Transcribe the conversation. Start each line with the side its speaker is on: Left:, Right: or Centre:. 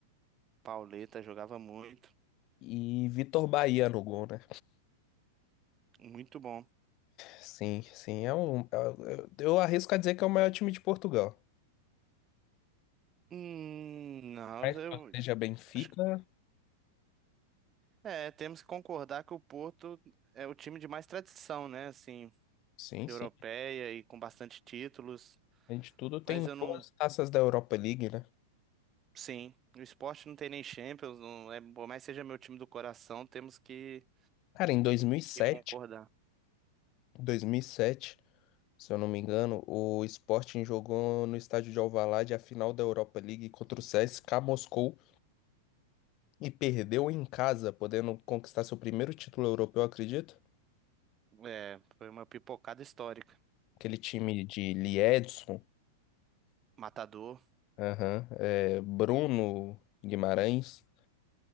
Right: Pauleta jogava muito,
Left: e Vitor Bahia no gol, né?
Right: muito bom.
Left: Sim, sim, é um é- eu, eu arrisco a dizer que é o maior time de Portugal.
Right: Hum, não,
Left: Mas que
Right: eu
Left: eu seja Benfica,
Right: acho que é, temos que concordar que o Porto é o time de mais tradição, né? Assim,
Left: sim,
Right: europeia
Left: sim.
Right: e com bastante títulos.
Left: Além de tudo, tem
Right: Mas eu não,
Left: duas taças da Europa League, né?
Right: sim, o esporte não tem nem Champions, não é, por mais que seja meu time do coração, temos que,
Left: Cara, em dois dois mil mil e sete
Right: que concordar.
Left: dois mil e sete se eu não me engano, o Sporting jogou no estádio de Alvalade a final da Europa League contra o CSKA Moscou e perdeu em casa, podendo conquistar seu primeiro título europeu, acredito.
Right: É, foi uma pipocada histórica.
Left: Aquele time de Liedson,
Right: Matador,
Left: aham, é, Bruno Guimarães,